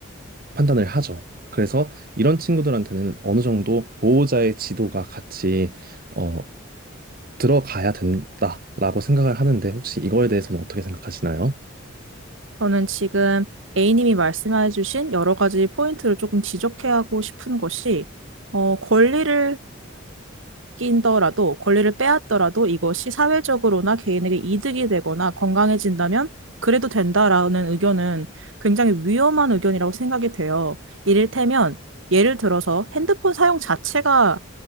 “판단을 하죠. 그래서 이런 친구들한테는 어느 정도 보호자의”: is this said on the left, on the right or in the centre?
Right